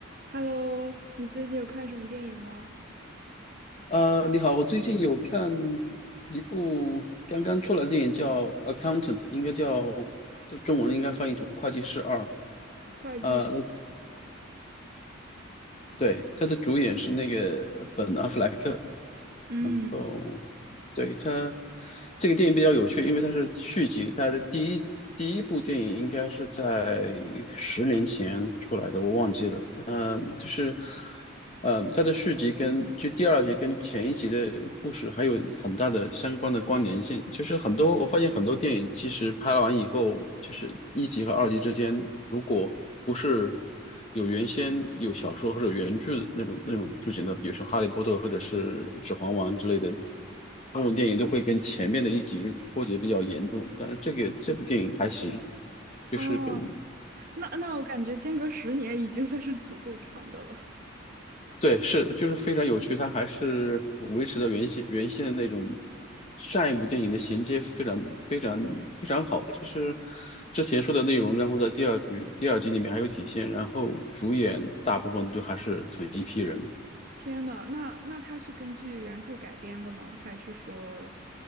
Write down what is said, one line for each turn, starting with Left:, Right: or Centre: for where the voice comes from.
Right: Hello，你最近有看什么电影吗？
Left: 呃，你好，我最近有看一部刚刚出来的电影叫《Accountant》，应该叫中文应该翻译成《会计师二》。
Right: 会计是
Left: 呃，那对，他的主演是那个本·阿弗莱克，
Right: 嗯，
Left: 然后对，它这个电影比较有趣，因为它是续集，它的第一第一部电影应该是在十年前出来的，我忘记了。嗯、就是，嗯、它的续集跟就第二集跟前一集的故事还有很大的相关的关联性。就是很多我发现很多电影其实拍完以后，就是一集和二集之间，如果不是有原先有小说或者原著那种那种剧情的，比如说《哈利波特》或者是《指环王》之类的，部分电影都会跟前面的一集脱节比较严重，但是这个这部电影还行，就是跟
Right: 哦，那那我感觉间隔十年已经算是足够长的了。
Left: 对是就是非常有趣，它还是维持了原先原先的那种上一部电影的衔接非常非常非常好，就是之前说的内容，然后在第二局第二集里面还有体现，然后主演大部分都还是同一批人。
Right: 天呐，那那它是根据原著改编的吗？还是说